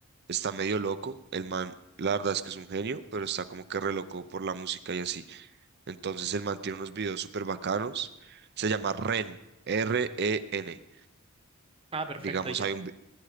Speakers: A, on the right (about 50°); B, on the right (about 25°).
A: está medio loco. El man, la verdad es que es un genio, pero está como que re loco por la música y así. Entonces el man tiene unos videos súper bacanos. Se llama Ren, R-E-N.
B: Ah, perfecto,
A: Digamos,
B: ya.
A: hay un, vi-